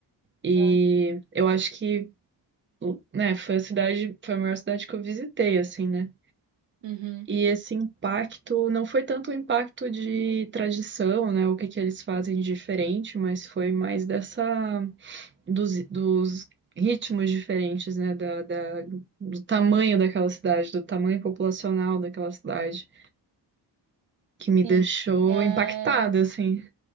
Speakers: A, on the right; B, on the right.
A: E
B: né?
A: eu acho que, né, foi a cidade, foi a maior cidade que eu visitei, assim, né?
B: Uhum.
A: E esse impacto não foi tanto um impacto de tradição, né? O que que eles fazem de diferente, mas foi mais dessa dos, dos ritmos diferentes, né? Da, da- do tamanho daquela cidade, do tamanho populacional daquela cidade, que me
B: Sim.
A: deixou
B: É,
A: impactada, assim.